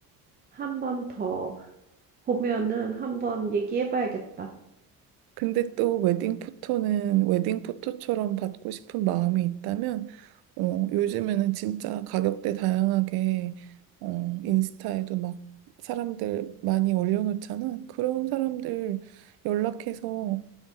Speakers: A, on the right (about 25°); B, on the right (about 75°).
A: 한번 더 보면은 한 번 얘기해봐야겠다.
B: 근데 또 웨딩 포토는 웨딩 포토처럼 받고 싶은 마음이 있다면 어, 요즘에는 진짜 가격대 다양하게 어, 인스타에도 막 사람들 많이 올려놓잖아. 그런 사람들 연락해서